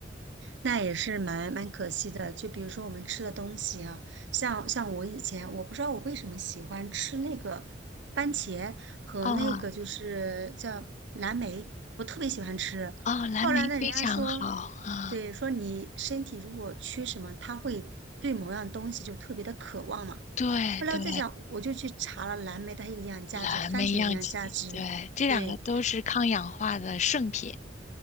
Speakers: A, on the right (about 80°); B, on the left (about 40°).
A: 那也是蛮蛮可惜的。就比如说我们吃的东西啊，像像我以前我不知道我为什么喜欢吃那个番茄和那个就是叫蓝莓，
B: <laughs> 哦
A: 我特别喜欢吃。
B: 哦，蓝莓非常好啊，
A: 后来呢，人家说，对，说你身体如果缺什么，它会对某样东西就特别的渴望嘛。
B: 对对，
A: 后来我在想，我就去查了蓝莓它营养价值，
B: 蓝莓漾起，
A: 番茄的营养价值，
B: 对，这两个都是抗氧化的圣品。
A: 对。